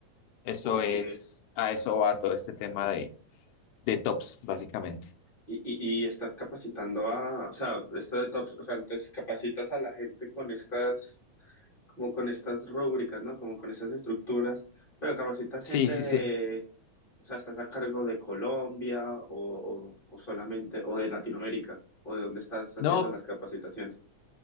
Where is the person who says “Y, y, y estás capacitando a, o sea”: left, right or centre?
Left